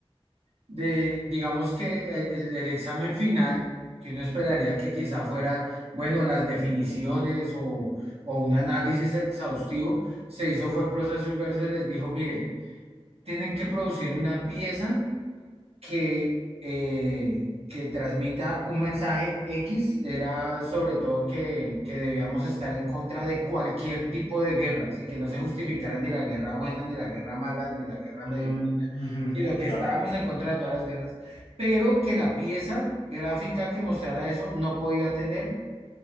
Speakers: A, on the right (about 80°); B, on the left (about 55°).
A: de, digamos que el, el- el examen final, que uno esperaría que quizá fuera, bueno, las definiciones o, o un análisis exhaustivo, se hizo fue el proceso inverso y les dijo, mire, tienen que producir una pieza que, eh, que transmita un mensaje X, era sobre todo que, que debíamos estar en contra de cualquier tipo de guerra, ¿sí? que no se justificara ni la guerra buena, ni la guerra mala, ni la guerra medio,
B: Mm, ujú.
A: sino que
B: Claro.
A: estábamos en contra de todas las guerras, pero que la pieza gráfica que mostrara eso no podía tener